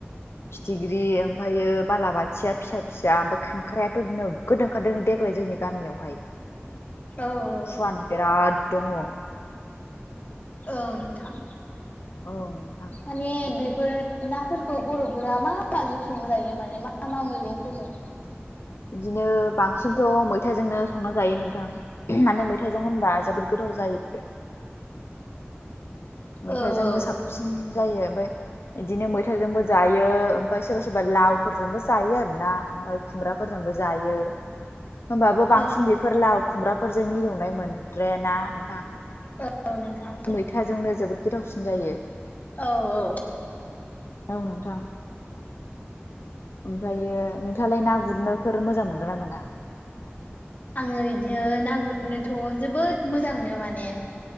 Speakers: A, on the left; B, on the left.
A: फिथिख्रि ओमफायो बालाबाथ थिया फिसा फिसा ओमफ्राय खांख्रायाथ' नोगोद ओंखारदों देग्लाय जोंनि गामियावहाय
B: औ औ
A: फुवान बिराद दङ
B: औ नोंथां
A: औ नोंथां
B: माने बेफोर नाफोरखौ बर'फोरा मा माजों संजायो माने मा मा मैगंफोरजों?
A: बिदिनो बांसिनथ' मैथाजोंनो संना जायो नोंथां। माने मैथाइजों होनबा जोबोद गोथाव जायो। मैथाजोंनो
B: औ औ
A: साबसिन जायो ओमफाय बिदिनो मैथाजोंबो जायो ओमफाय सोरबा सोरबा लावफोरजोंबो जायो आरो ना। <inaudible> खुमब्राफोरजोंबो जायो। होमबाबो बांसिन
B: औ
A: बेफोर लाव खुमब्राफोरजों मिलौनाय मोनद्रायाना नोंथां?
B: औ नोंथां।
A: मौथाजोंनो जोबोद गोथावसिन जायो।
B: औ औ।
A: औ नोंथां। ओमफायो नोंथाङालाय ना गुरनोफोर मोजां मोनगोन ना मोना?
B: आङो बिदिनो ना गुरनोथ' जोबोद मोजां मोनो माने